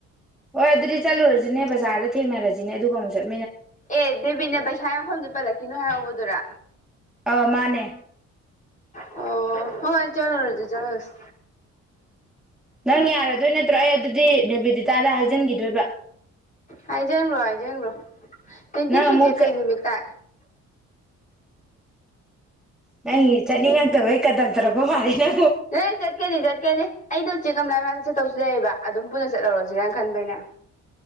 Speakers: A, in the centre; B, on the left (about 25°).
A: ꯍꯣꯏ ꯑꯗꯨꯗꯤ ꯆꯠꯂꯨꯔꯁꯤꯅꯦ ꯕꯖꯥꯔꯗ ꯊꯦꯡꯅꯔꯁꯤꯅꯦ ꯑꯗꯨꯒ ꯑꯃꯨꯛ ꯆꯠꯂ
B: ꯑꯦ ꯗꯦꯕꯤꯅꯦꯕꯩ ꯍꯥꯏ ꯃꯐꯝꯗꯤ ꯄꯜꯂꯛꯈꯤꯅꯣ ꯍꯥꯏꯔꯧꯕꯗꯨꯔꯥ
A: ꯑ ꯃꯥꯅꯦ
B: ꯑꯣ ꯍꯣꯏ ꯆꯂꯣ ꯔꯖꯨ ꯆꯂꯣꯁ
A: ꯅꯪ ꯌꯥꯔꯗꯣꯏ ꯅꯠꯇ꯭ꯔꯣ ꯑꯩ ꯑꯗꯨꯗꯤ ꯅꯦꯕꯤꯦꯗꯤꯇꯥꯗ ꯍꯥꯏꯖꯤꯟꯈꯤꯗꯣꯏꯕ
B: ꯍꯥꯏꯖ꯭ꯔꯣ ꯍꯥꯏꯖ꯭ꯔꯣ ꯇ꯭ꯋꯦꯟꯇꯤ
A: ꯅꯪ
B: ꯊ꯭ꯔꯤꯁꯦ
A: ꯑꯃꯨꯛ
B: ꯀꯩ
A: ꯆꯠ
B: ꯅꯨꯃꯤꯠꯇ
A: ꯅꯪ ꯆꯅꯤꯒ ꯇꯕꯣꯏ ꯀꯗ꯭ꯔ ꯇꯔꯄ ꯃꯥꯅ
B: ꯅ ꯆꯠꯀꯅꯤ ꯆꯠꯀꯅꯤ ꯑꯩꯗꯣ ꯎꯆꯦꯛ ꯀꯝꯗꯥꯏ ꯃꯗ ꯆꯠꯇꯧꯁꯨ ꯂꯩꯕ ꯑꯗꯨꯝ ꯄꯨꯟꯅ ꯆꯠꯍꯧꯔꯁꯤꯔꯅ ꯈꯟꯕꯩꯩꯅ